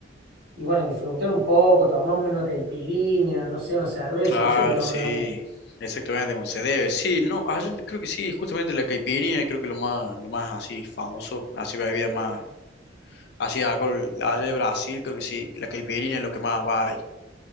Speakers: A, on the right (about 50°); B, on the left (about 60°).
A: y bueno, disfrutar un poco, tomarme una caipirinha, no sé, una cerveza,
B: Claro,
A: no sé qué toman
B: sí,
A: allá.
B: exactamente como se debe. Sí, no, ah, yo creo que sí, justamente la caipirinha, creo que lo más, lo más así famoso, así bebida más, así de alcohol, allá de Brasil, creo que sí, la caipirinha es lo que más va ahí.